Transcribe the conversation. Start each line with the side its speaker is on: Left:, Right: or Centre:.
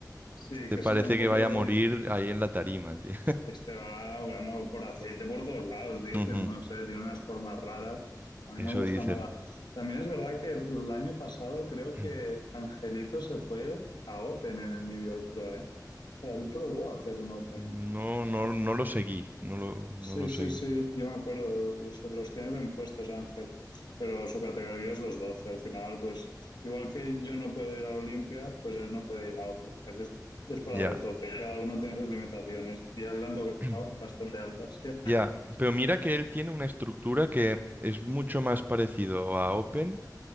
Left: Sí,
Right: Este
Left: que
Right: parece
Left: eso tampoco
Right: que vaya a morir ahí en la tarima, tío.
Left: Este va, bueno, por aceite por todos lados, dicen,
Right: <laughs> Ujú,
Left: no sé, tiene unas formas raras. A mí
Right: Eso
Left: no me gusta
Right: dicen.
Left: nada. También es verdad que el año pasado creo
Right: <clears throat>
Left: que Angelito se fue a Open en el New York Pro, ¿eh? O sea, él probó a hacer un Open.
Right: No, no, no lo seguí, no lo, no
Left: Sí,
Right: lo
Left: sí,
Right: seguí.
Left: sí, yo me acuerdo, los, los tiene bien puestos Ángel, pero su categoría es 212. Al final, pues igual que yo no puedo ir a Olimpia, pues él no puede ir a Open. Él es, es para
Right: Ya,
Left: 212, cada uno tiene sus limitaciones y a él le han tocado
Right: <clears throat>
Left: bastante altas. ya.
Right: ya. Pero mira que él tiene una estructura que es mucho más parecido a Open